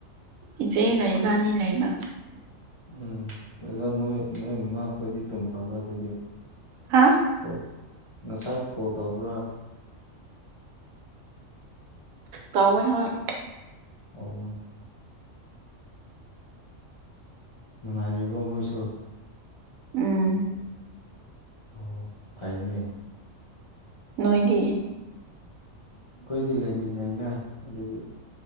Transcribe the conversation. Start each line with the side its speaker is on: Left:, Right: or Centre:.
Right: ꯏꯆꯦꯒ ꯏꯕꯥꯅꯤ ꯂꯩꯕ꯫
Left: ꯎꯝ ꯑꯗꯣ ꯅꯣꯍꯣꯏ ꯅꯣꯏ ꯏꯃꯥꯈꯣꯏꯗꯤ ꯇꯨꯝꯈ꯭ꯔꯕ ꯑꯗꯨꯗꯤ꯫
Right: ꯍꯥ꯫
Left: ꯀꯣꯜ ꯉꯁꯥꯏ ꯀꯣꯜ ꯇꯧꯕ꯭ꯔꯥ꯫
Right: ꯇꯧꯋꯦ ꯍꯣꯏ꯫
Left: ꯑꯣ꯫ ꯅꯨꯡꯉꯥꯏꯔꯤꯕꯣ ꯃꯣꯏꯁꯨ꯫
Right: ꯎꯝ꯫
Left: ꯑꯣ ꯐꯩꯅꯦ꯫
Right: ꯅꯣꯏꯗꯤ꯫
Left: ꯑꯩꯈꯣꯏꯗꯤ ꯂꯩꯃꯤꯟꯅꯩꯩꯅ ꯑꯗꯨꯒꯤ꯫